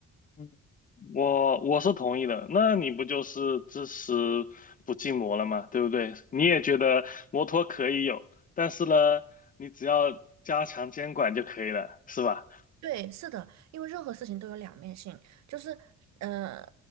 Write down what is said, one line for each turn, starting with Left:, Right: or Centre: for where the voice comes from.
Left: 嗯，我我是同意的，那你不就是支持不禁摩了吗？对不对？你也觉得摩托可以有，但是呢，你只要加强监管就可以了，是吧？
Right: 对，是的，因为任何事情都有两面性，就是，呃，